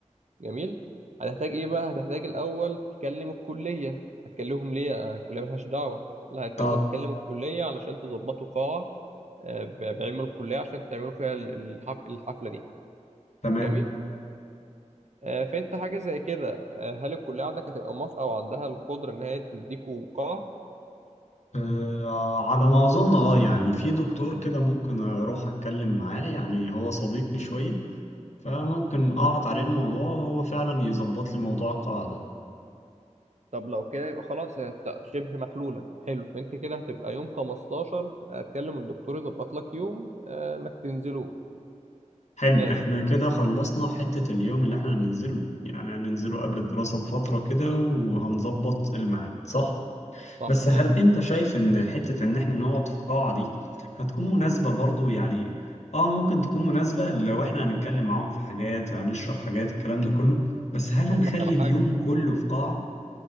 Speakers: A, on the right; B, on the left.
A: جميل هتحتاج ايه بقى هتحتاج الأول تكلم الكلية هتكلمهم ليه آه، الكلية ملهاش دعوة لا انت
B: اه
A: لازم تكلم الكلية علشان تظبطوا قاعة آه، ب- بعلم الكلية عشان تعملوا فيها ال- الحف- الحفلة دي
B: تمام
A: جميل آه، فانت حاجة زي كده آه، هل الكلية عندك هتبقى موافقة وعندها القدرة ان هي تديكوا قاعة
B: آه، على ما أظن اه يعني في دكتور كده ممكن أروح أتكلم معاه يعني هو صديقي شوية فممكن أعرض عليه الموضوع وهو فعلا يظبط لي موضوع القاعدة
A: طب لو كده يبقى خلاص هي بتاع- شبه محلولة حلو فانت كده هتبقى يوم 15 هتكلم الدكتور يظبط لك يوم آه، انك تنزله
B: حلو
A: ماشي
B: احنا كده خلصنا حتة اليوم اللي احنا هننزله يعني هننزله قبل الدراسة بفترة كده وهنظبط الميعاد صح؟
A: صح
B: بس
A: كده
B: هل انت شايف ان حتة ان احنا نقعد في قاعة دي هتكون مناسبة برضو يعني اه ممكن تكون مناسبة لو احنا هنتكلم معاهم في حاجات هنشرح حاجات الكلام ده كله بس هل
A: اقول
B: هنخلي
A: لك على حاجة
B: اليوم كله في قاعة